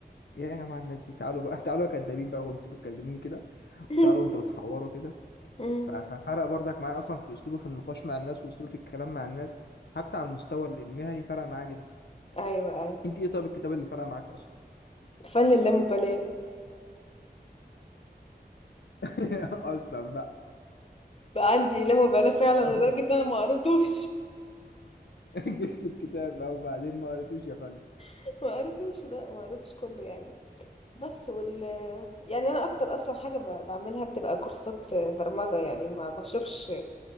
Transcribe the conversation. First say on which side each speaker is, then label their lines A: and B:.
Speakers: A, on the left; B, on the left.
A: ايه يا جماعه الناس دي تعالوا بقى <laughs> تعالوا يا كدابين بقى وانتوا بتكلموني كده
B: <laughs>
A: وتعالوا وانتوا بتحوروا كده
B: مم.
A: ف- ففرق برضك معايا اصلا في اسلوبه في النقاش مع الناس واسلوبه في الكلام مع الناس حتى على المستوى المهني فرق معايا جدا
B: ايوه ايوه
A: انت ايه طيب الكتاب اللي فرق معاك اصلا
B: فن اللامبالاة
A: <laughs> اصلا بقى
B: بقى عندي لامبالاة فعلا
A: <laughs>
B: لدرجة ان انا ما قريتوش
A: جبت الكتاب بقى وبعدين ما قريتوش يا فندم
B: <laughs> ما قريتوش لا ما قريتش كله يعني بس وال يعني انا اكتر اصلا حاجه ب- بعملها بتبقى كورسات برمجه يعني ما بشوفش